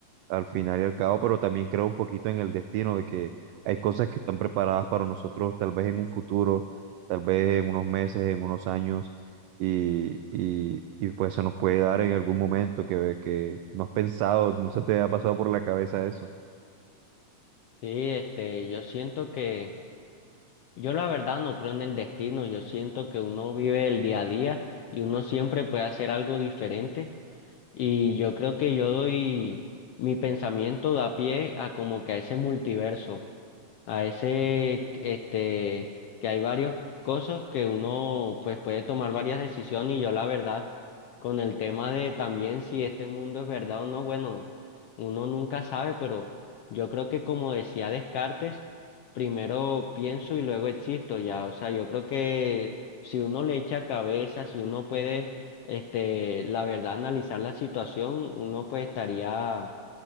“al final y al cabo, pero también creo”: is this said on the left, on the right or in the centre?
Right